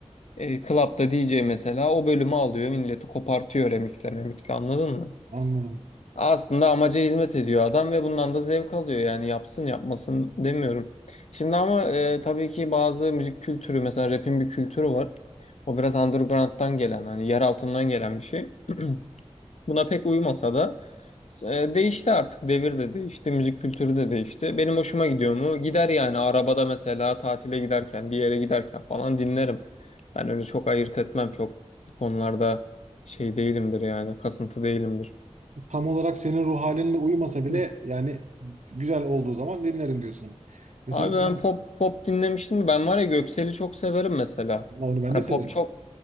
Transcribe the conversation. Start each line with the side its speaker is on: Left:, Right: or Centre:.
Left: E, Club'da DJ mesela o bölümü alıyor milleti kopartıyor remixle memixle anladın mı?
Right: Anladım.
Left: Aslında amaca hizmet ediyor adam ve bundan da zevk alıyor yani yapsın yapmasın demiyorum. Şimdi ama e, tabii ki bazı müzik kültürü mesela rap'in bir kültürü var. O biraz underground'dan gelen hani yer altından gelen bir şey. <clears throat> Buna pek uyumasa da e, değişti artık. Devir de değişti, müzik kültürü de değişti. Benim hoşuma gidiyor mu? Gider yani arabada mesela tatile giderken, bir yere giderken falan dinlerim. Ben öyle çok ayırt etmem. Çok konularda şey değilimdir yani, kasıntı değilimdir.
Right: Tam olarak senin ruh halinle uyumasa bile
Left: Hı.
Right: yani güzel olduğu zaman dinlerim diyorsun. Mesela
Left: Abi
Right: ben-
Left: ben pop pop dinlemiştim. Ben var ya Göksel'i çok severim mesela.
Right: onu ben
Left: Hani
Right: de severim.
Left: pop çok